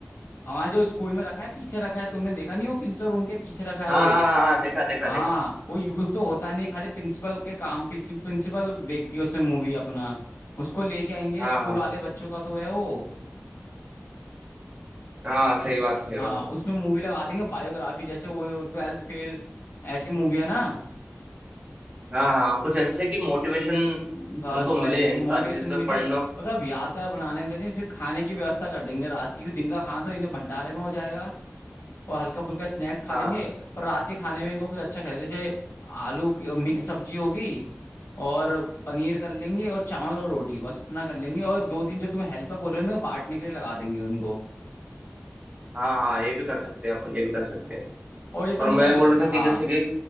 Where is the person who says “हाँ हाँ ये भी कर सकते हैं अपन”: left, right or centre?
Right